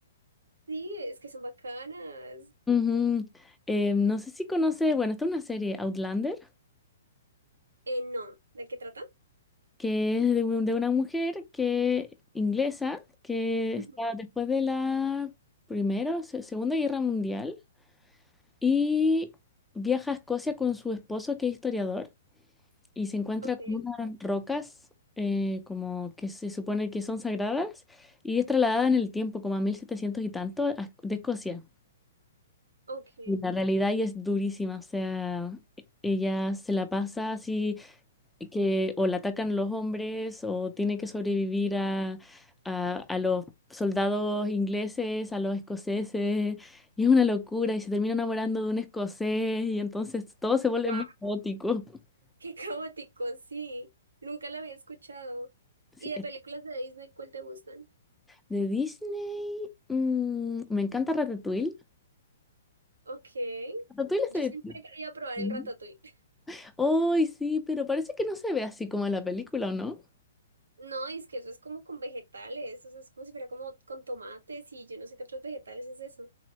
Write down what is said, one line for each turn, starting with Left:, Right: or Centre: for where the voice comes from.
Right: Sí, es que son bacanas.
Centre: Ujú. Eh, no sé si conoce, bueno, está una serie Outlander,
Right: Eh, no, ¿de qué trata?
Centre: que es de, un- de una mujer que inglesa que
Right: Ujú.
Centre: está después de la Primera o Se- Segunda Guerra Mundial y viaja a Escocia con su esposo que es historiador y se encuentra
Right: Ok,
Centre: con unas rocas eh, como que se supone que son sagradas y es trasladada en el tiempo como a 1700 y tanto a- de Escocia.
Right: ok.
Centre: Y La realidad y es durísima, o sea, e- ella se la pasa así que o la atacan los hombres o tiene que sobrevivir a, a, a los soldados ingleses, a los escoceses, y es una locura y se termina enamorando de un escocés y entonces todo se vuelve
Right: Wow,
Centre: muy caótico. <laughs>
Right: <laughs> qué caótico, sí. Nunca la había escuchado.
Centre: Sí,
Right: ¿Y de
Centre: es-
Right: películas de Disney cuál te gustan?
Centre: De Disney, mm, me encanta Ratatouille.
Right: Ok.
Centre: Ratatouille es
Right: Yo
Centre: de
Right: siempre he querido probar
Centre: Disney.
Right: el ratatouille. <laughs>
Centre: Ay, sí, pero parece que no se ve así como en la película, ¿o no?
Right: No, es que eso es como con vegetales, o sea, es como si fuera como con tomates y yo no sé qué otros vegetales es eso.